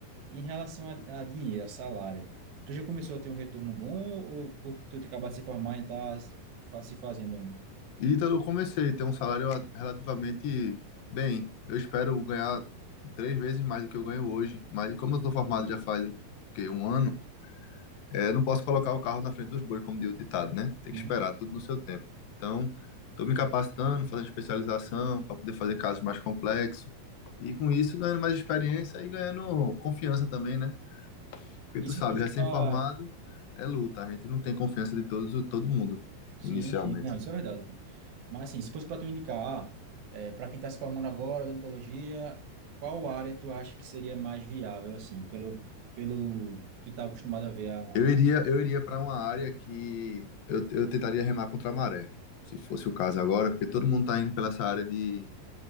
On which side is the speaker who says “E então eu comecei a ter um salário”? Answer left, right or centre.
Left